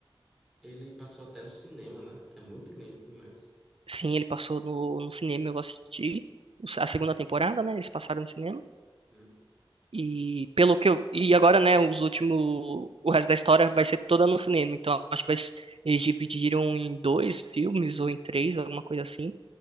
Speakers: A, in the centre; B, on the right.
A: Ele passou até no cinema, né? É muito lindo Twin Metals.
B: Sim, ele passou no, no cinema, eu assisti o- a segunda temporada, né? Eles passaram no cinema.
A: Hum.
B: E pelo que eu, e agora, né, os últimos, o resto da história vai ser toda no cinema. Então acho que vai, s- eles dividiram em dois filmes ou em três, alguma coisa assim.